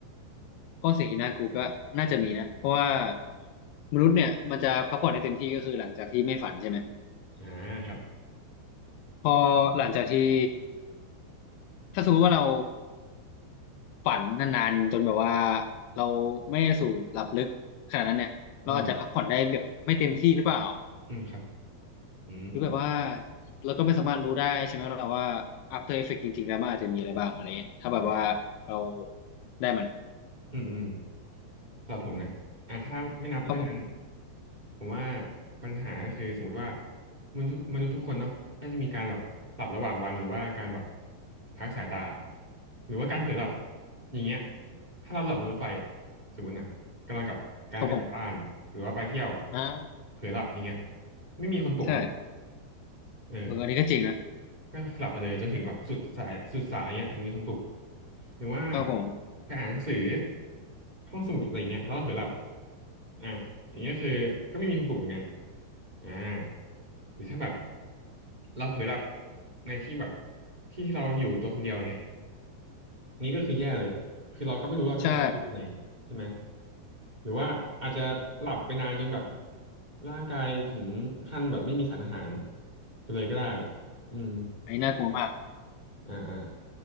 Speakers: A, on the left; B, on the right.
A: ก็สิ่งที่น่ากลัวก็น่าจะมีนะเพราะว่ามนุษย์เนี่ยมันจะพักผ่อนได้เต็มที่ก็คือหลังจากที่ไม่ฝันใช่ไหม
B: อ่าครับ
A: พอหลังจากที่ถ้าสมมติว่าเราฝันนานๆจนแบบว่าเราไม่ได้สู่หลับลึกขนาดนั้นเนี่ยเราอาจจะพักผ่อนได้แบบไม่เต็มที่หรือเปล่า
B: อืมอืมครับอืมอืม
A: หรือแบบว่าเราก็ไม่สามารถรู้ได้ใช่ไหมเราว่า After Effect จริงๆแล้วมันอาจจะมีอะไรบ้างอะไรเงี้ยถ้าแบบว่าเรา
B: นะครับ
A: ได้มัน
B: อืมอืมสำหรับผมนะอ่าถ้าไม่นับเรื่องนั้น
A: ครับผม
B: ผมว่าปัญหาก็คือสมมติว่ามนุษย์ทุกมนุษย์ทุกคนเนาะก็จะมีการแบบหลับระหว่างวันหรือว่าการแบบพักสายตาหรือว่าการเผลอหลับอย่างเงี้ยถ้าเราหลับในรถไฟอ่ะสมมตินะกำลังกลับกำลังจะกลับบ้านหรือว่าไปเที่ยว
A: ครับผมอ่า
B: เผลอหลับอย่างเงี้ยไม่มีคนปลุกเนาะ
A: ใช่
B: เออ
A: เอออันนี้ก็จริงนะ
B: ก็หลับไปเลยจนถึงแบบสุดสายสุดสายเนี่ยถึงมีคนปลุกหรือว่า
A: ครับผม
B: ไปอ่านหนังสือห้องสมุดอะไรเงี้ยแล้วเราเผลอหลับอ่าอย่างเงี้ยคือก็ไม่มีคนปลุกเหมือนกันอ่าหรือถ้าแบบเราเผลอหลับในที่แบบที่ที่เราอยู่ตัวคนเดียวอย่างเงี้ยอันนี้ก็คือแย่เลยคือเราก็ไม่รู้เราจะเราไปอยู่ตอนไหนใช่ไหม
A: ใช่
B: หรือว่าอาจจะหลับไปนานจนแบบร่างกายถึงขั้นแบบไม่มีสารอาหารไปเลยก็ได้อืม
A: อันนี้น่ากลัวมาก
B: อ่าอ่า